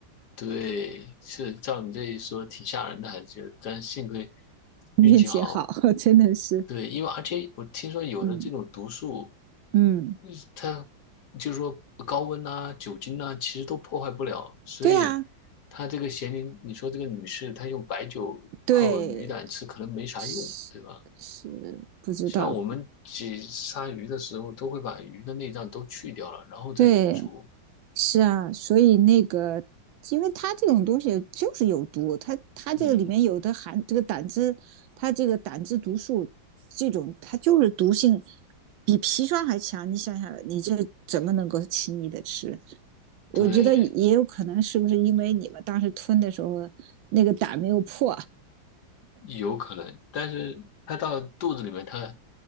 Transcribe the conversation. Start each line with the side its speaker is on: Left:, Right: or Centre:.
Left: 对，是照你这一说，挺吓人的，还是觉得但幸亏运气好，
Right: 运气好，<laughs> 真的是，
Left: 对，因为而且我听说有的这种毒素。
Right: 嗯嗯，
Left: 嗯，它就是说高温呐、酒精呐、其实都破坏不了。所以
Right: 对呀、啊
Left: 她这个咸宁，你说这个女士她用白酒泡鱼胆吃，
Right: 对，
Left: 可能没啥用，
Right: 是是不知道，
Left: 对吧？像我们挤杀鱼的时候，都会把鱼的内脏都去掉了，然后再煮。
Right: 对，是啊，所以那个，因为它这种东西就是有毒，它它这个里面有的含这个胆汁，
Left: 嗯，
Right: 它这个胆汁毒素这种，它就是毒性比砒霜还强。你想想，你这怎么能够轻易的吃？我觉得也有可能是不是因为你们当时吞的时候
Left: 对，
Right: 那个胆没有破？
Left: 有可能，但是它到肚子里面，它